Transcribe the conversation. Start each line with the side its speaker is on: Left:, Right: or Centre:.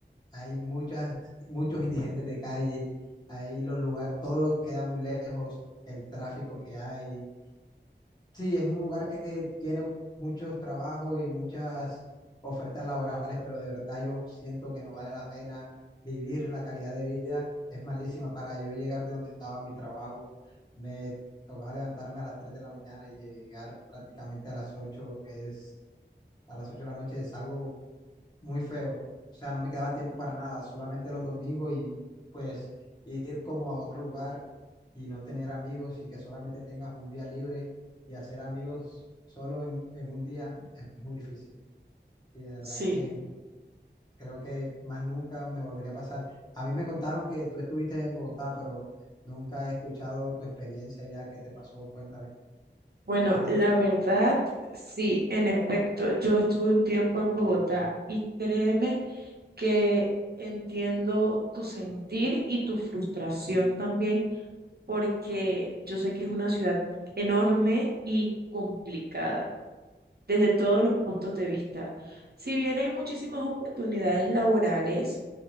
Left: hay muchas, muchos indigentes de calle, hay los lugares, todo queda muy lejos, el tráfico que hay Sí, es un lugar que tiene muchos trabajos y muchas ofertas laborales, pero de verdad yo siento que no vale la pena vivir la calidad de vida. Es malísima para yo llegar de donde estaba mi trabajo. Me tocaba levantarme a las 3 de la mañana y llegar prácticamente a las ocho es, a las ocho de la noche es algo muy feo. O sea, no me quedaba tiempo para nada, solamente los domingos y pues ir como a otro lugar y no tener amigos y que solamente tengas un día libre y hacer amigos solo en, en un día es muy difícil. Y de verdad
Right: Sí,
Left: que creo que más nunca me volvería a pasar. A mí me contaron que tú estuviste en Bogotá, pero nunca he escuchado tu experiencia ya que te pasó. Cuéntame,
Right: bueno,
Left: ¿qué tal
Right: la
Left: te pareció?
Right: verdad, sí, en efecto, yo estuve un tiempo en Bogotá y créeme que entiendo tu sentir y tu frustración también, porque yo sé que es una ciudad enorme y complicada desde todos los puntos de vista. Si bien hay muchísimas oportunidades laborales,